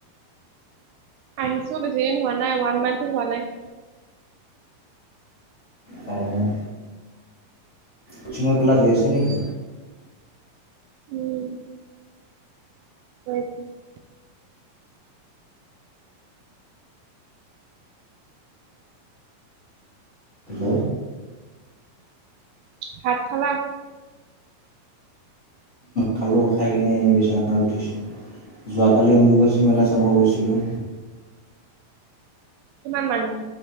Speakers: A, on the right; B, on the left.
A: আহিছোঁ বেছিদিন হোৱা নাই ওৱান মান্থো হোৱা নাই।
B: অঁ। কিছুমান ক্লাচ হৈ আছে নেকি?
A: উম্। হয়।
B: হেল্ল'।
A: ভাত খালা?
B: খালো, খাই কিনে এই বিচনাত উঠিছোঁ যোৱাকালি অম্বুবাচী মেলা চাব গৈছিলোঁ।
A: কিমান মানুহ,